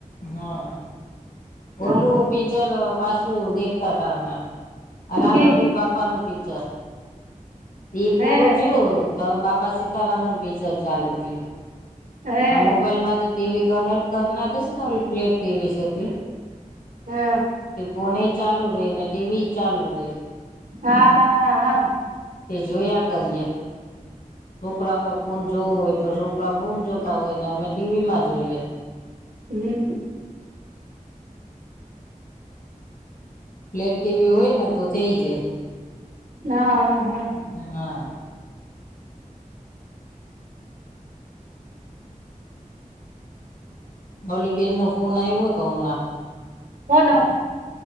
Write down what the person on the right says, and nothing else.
હા
કી
હે
હે
હા.
હા હા
હમ
હા હા.
કોનો?